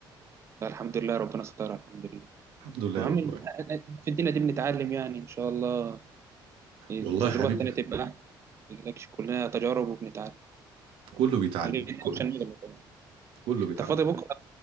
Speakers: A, on the right; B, on the right.
A: فالحمد لله ربنا سترها الحمد لله
B: الحمد لله
A: المهم
B: والله
A: في الدنيا دي بنتعلم يعني إن شاء الله التجربة
B: والله يا حبيبي
A: التانية تبقى أحسن ما تقلقش كلنا تجارب وبنتعلم
B: كله بيتعلم
A: يا ريت
B: كله
A: عشان نغلط طبعاً.
B: كله بيتعلم
A: أنت فاضي بكرة